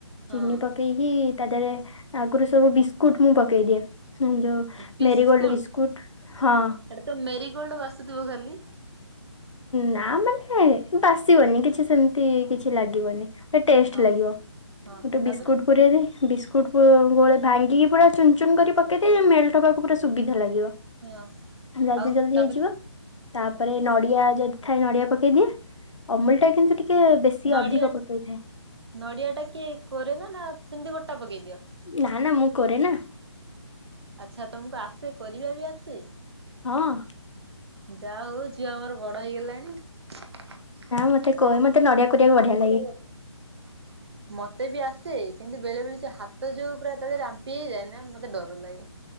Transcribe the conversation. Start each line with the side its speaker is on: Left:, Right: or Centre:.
Right: ହଁ
Left: ଚିନି ପକେଇ କି ତା ଦେହରେ ଆଗରୁ ସବୁ ବିସ୍କୁଟ ମୁଁ ପକେଇଦିଏଁ ହୁଁ ଯୋଉ
Right: ବିସ୍କୁଟ
Left: ମେରିଗୋଲଡ ବିସ୍କୁଟ ହଁ।
Right: ଏଟା ତ ମେରିଗୋଲଡ଼ ବାସୁଥିବ ଖାଲି।
Left: ନା ମାନେ ବାସିବନି କିଛି ସେମିତି କିଛି ଲାଗିବନି। ଏ ଟେଷ୍ଟ
Right: ହଁ
Left: ଲାଗିବ
Right: ହଁ
Left: ଗୋଟେ
Right: ତାପରେ
Left: ବିସ୍କୁଟ୍ ପୁରେଇଦେ ବିସ୍କୁଟ୍ ଗୋ ଭାଙ୍ଗିକି ପୁରା ଚୁନ ଚୁନ କରି ପକେଇଦିଏ ମେଲଟ ହବାକୁ ପୁରା ସୁବିଧା ଲାଗିବ।
Right: ହଁ
Left: ଜଲଦି
Right: ଆଉ
Left: ଜଲଦି
Right: ତାପରେ
Left: ହେଇଯିବ। ତାପରେ ନଡିଆ ଯଦି ଥାଏ ନଡିଆ ପକେଇ ଦିଏ ଅମୁଲଟା କିନ୍ତୁ ଟିକେ ବେଶୀ
Right: ନଡ଼ିଆ
Left: ଅଧିକ ପକେଇଥାଏ
Right: ନଡ଼ିଆଟା କିଏ କୋରେ ନା ନା ସେମିତି ଗୋଟା ପକେଇ ଦିଅ।
Left: ନା ନା ମୁଁ କୋରେ ନା।
Right: ଆଚ୍ଛା ତମକୁ ଆସେ କୋରିବା ବି ଆସେ।
Left: ହଁ।
Right: ଯା ହଉ ଝିଅ ଆମର ବଡ଼ ହେଇଗଲାଣି। ନା
Left: ମତେ କହେ
Right: ମତେ
Left: ନଡିଆ
Right: କୋ
Left: କରିବାକୁ
Right: ମତେ ନଡିଆ
Left: ବଢିଆ ଲାଗେ
Right: କୋଡିଆ କୁ ମତେ ବି ଆସେ କିନ୍ତୁ ବେଳେ ବେଳେ ଯୋଉ ହାତ ଯୋଉ ପୁରା ତାରେ ରାମ୍ପି ହେଇଯାଏ ନା ମତେ ଡର ଲାଗେ।